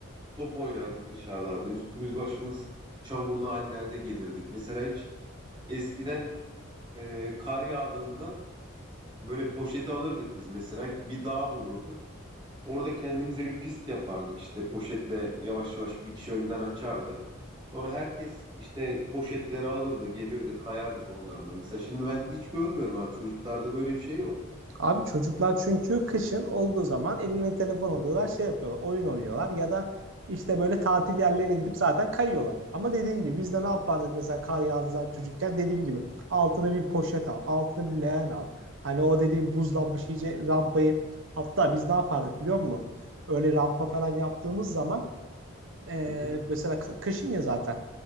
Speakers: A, on the right; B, on the right.
A: Top oynardık dışarılarda. Üstümüz başımız çamurlu hallerde gelirdik. Mesela hiç eskiden e, kar yağdığında böyle poşeti alırdık biz mesela. Bir dağ bulurduk. Orada kendimize bir pist yapardık işte poşetle yavaş yavaş bir kişi önden açardı. Sonra herkes işte poşetleri alırdı, gelirdi, kayardık oralarda. Mesela şimdi ben hiç görmüyorum abi. Çocuklarda böyle bir şey yok.
B: Abi çocuklar çünkü kışın olduğu zaman eline telefon alıyorlar, şey yapıyorlar, oyun oynuyorlar ya da işte böyle tatil yerlerine gidip zaten kayıyorlar. Ama dediğin gibi biz de ne yapardık mesela kar yağdığı zaman çocukken dediğin gibi altına bir poşet al, altına bir leğen al. Hani o dediğim buzlanmış iyice rampayı hatta biz ne yapardık biliyor musun? Öyle rampa falan yaptığımız zaman e,
A: Hı hı.
B: mesela kışın ya zaten